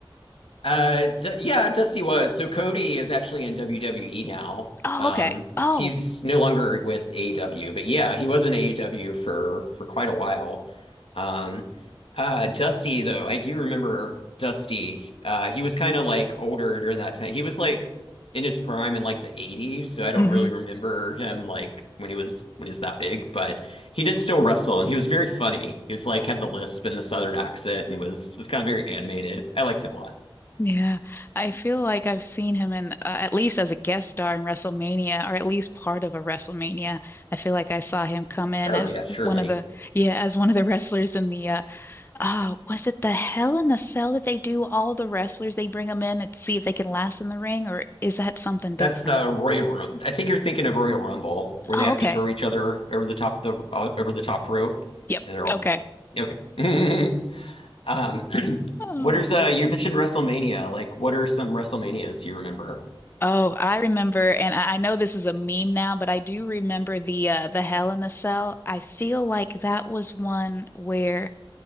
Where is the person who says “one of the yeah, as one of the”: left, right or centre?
Left